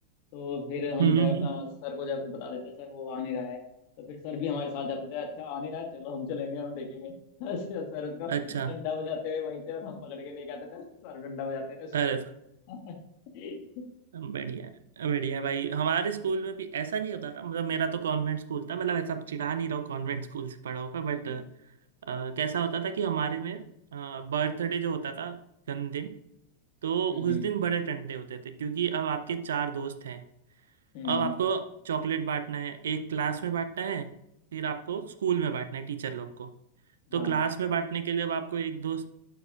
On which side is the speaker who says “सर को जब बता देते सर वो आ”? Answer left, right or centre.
Left